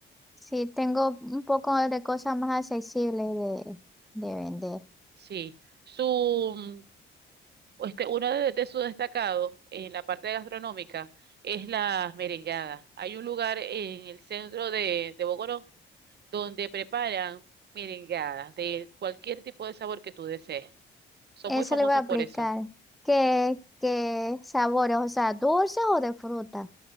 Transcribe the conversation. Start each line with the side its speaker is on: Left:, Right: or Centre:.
Centre: sí, tengo un poco de cosas más accesibles de, de vender.
Right: Sí. Su, Este, uno de, de sus destacados en la parte gastronómica es las merengadas. Hay un lugar en el centro de, de Bogotá donde preparan merengadas de cualquier tipo de sabor que tú desees. Son
Centre: Eso
Right: muy famosos
Centre: le voy a aplicar.
Right: por eso.
Centre: ¿Qué, qué sabores? O sea, dulces o de fruta.